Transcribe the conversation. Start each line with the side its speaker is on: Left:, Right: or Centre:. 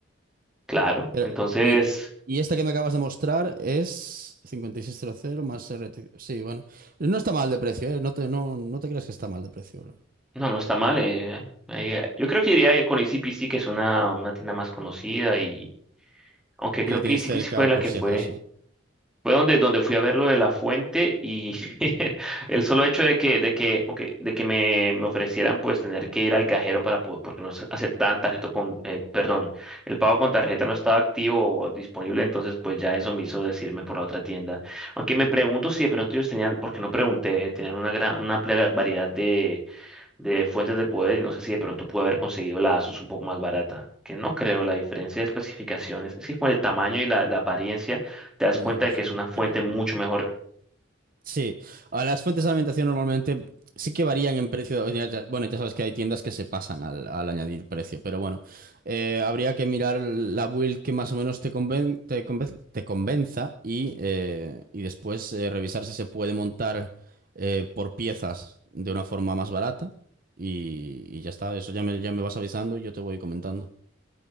Centre: claro.
Right: Pero,
Centre: Entonces...
Right: y, y esta que me acabas de mostrar es cincuenta y seis cero cero más RT. Sí, bueno. No está mal de precio, ¿eh? No te, no, no te creas que está mal de precio, bro.
Centre: No, no está mal. eh, ahí, eh, yo creo que iría con ECPC, que es una, una tienda más conocida, y aunque
Right: Y
Centre: creo
Right: la tienes
Centre: que ECPC
Right: cerca
Centre: fue la
Right: por
Centre: que
Right: si
Centre: fue,
Right: acaso.
Centre: fue donde, donde fui a ver lo de la fuente y <laughs> el solo hecho de que, de que, aunque- de que me, me ofrecieran pues tener que ir al cajero para po- porque no se aceptaban tarjeta con, eh, perdón, el pago con tarjeta no estaba activo o disponible, entonces pues ya eso me hizo decirme por la otra tienda. Aunque me pregunto si de pronto ellos tenían, porque no pregunté, tenían una gran, una amplia variedad de fuentes de poder y no sé si de pronto pude haber conseguido la Asus un poco más barata, que no creo, la diferencia de especificaciones, es que con el tamaño y la, la apariencia te das
Right: No
Centre: cuenta
Right: lo
Centre: de
Right: sé,
Centre: que es una
Right: no
Centre: fuente
Right: creo.
Centre: mucho mejor.
Right: Sí, a las fuentes de alimentación normalmente sí que varían en precio. ya- ya- Bueno, ya sabes que hay tiendas que se pasan al, al añadir precio, pero bueno, eh, habría que mirar la build que más o menos te conven- te conven- te convenza y, eh, y después eh, revisar si se puede montar eh, por piezas de una forma más barata y, y ya está. Eso ya me, ya me vas avisando y yo te voy comentando.